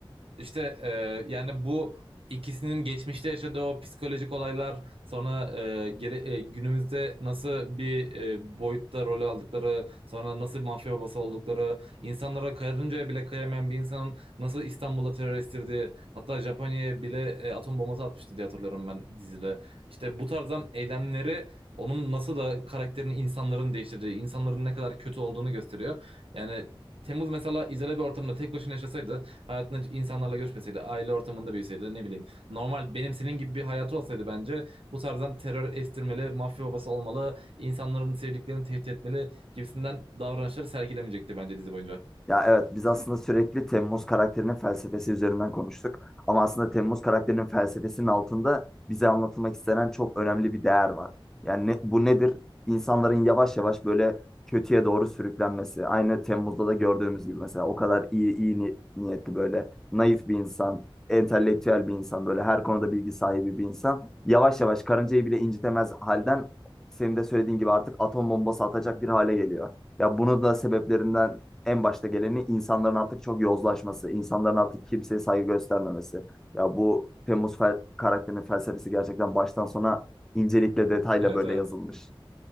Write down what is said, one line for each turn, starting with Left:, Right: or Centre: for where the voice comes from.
Right: İşte e, yani bu ikisinin geçmişte yaşadığı o psikolojik olaylar sonra e, gele- e, günümüzde nasıl bir e, boyutta rol aldıkları sonra nasıl bir mafya babası oldukları insanlara karıncaya bile kıyamayan bir insanın nasıl İstanbul'da terör estirdiği hatta Japonya'ya bile e, atom bombası atmıştı diye hatırlıyorum ben dizide. İşte bu tarzdan eylemleri onun nasıl da karakterini insanların değiştirdiği insanların ne kadar kötü olduğunu gösteriyor. Yani Temmuz mesela izole bir ortamda tek başına yaşasaydı Hayatında hiç insanlarla görüşmeseydi, aile ortamında büyüseydi, ne bileyim. Normal benim senin gibi bir hayatı olsaydı bence bu tarzdan terör estirmeli, mafya babası olmalı, insanların sevdiklerini tehdit etmeli gibisinden davranışları sergilemeyecekti bence dizi boyunca.
Centre: Ya evet biz aslında sürekli Temmuz karakterinin felsefesi üzerinden konuştuk. Ama aslında Temmuz karakterinin felsefesinin altında bize anlatılmak istenen çok önemli bir değer var. Yani ne- bu nedir? İnsanların yavaş yavaş böyle kötüye doğru sürüklenmesi. Aynı Temmuz'da da gördüğümüz gibi mesela o kadar iyi iyi ni- niyetli böyle naif bir insan, entelektüel bir insan, böyle her konuda bilgi sahibi bir insan yavaş yavaş karıncayı bile incitemez halden senin de söylediğin gibi artık atom bombası atacak bir hale geliyor. Ya bunun da sebeplerinden en başta geleni insanların artık çok yozlaşması, insanların artık kimseye saygı göstermemesi. Ya bu Temmuz fel- karakterinin felsefesi gerçekten baştan sona incelikle detayla
Right: Evet
Centre: böyle
Right: evet.
Centre: yazılmış.